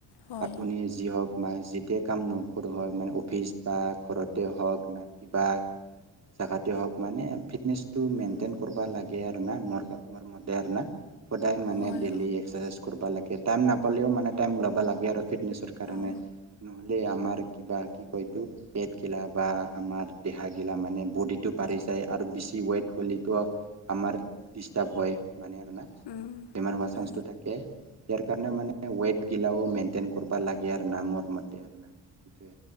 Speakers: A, on the left (about 60°); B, on the right (about 35°).
A: হয়
B: আপুনি যি হওঁক <unintelligible> <unintelligible> কাম নকৰোঁ হয়, মানে অফিচ বা ঘৰতে হওঁক না কিবা জেগাতে হওঁক মানে ফিটনেচটো
A: উম,
B: মেইনটেইন কৰবা লাগে আৰু না, মোৰ ম-মতে আৰু না। সদায় মানে
A: হয়
B: ডেইলি এক্সাৰচাইজ কৰবা লাগে। টাইম নাপালেওঁ মানে টাইম ওলাবা লাগে আৰু ফিটনেছৰ কাৰণে।
A: অঁ
B: নহ'লে আমাৰ কিবা কি কয়তো পেটগিলা বা আমাৰ দেহাগিলা মানে বডীটো বাঢ়ি যায় আৰু বেছি ৱেট হ'লেতো আমাৰ ডিষ্টাৰ্ব হয়। মানে আৰু না,
A: উম,
B: বেমাৰ হোৱা
A: হয়।
B: চেন্সটো থাকে। ইয়াৰ কাৰণে মানে ৱেটগিলাও মেইনটেইন কৰিব লাগে আৰু না মোৰ মতে। আৰু না। সেইটোৱে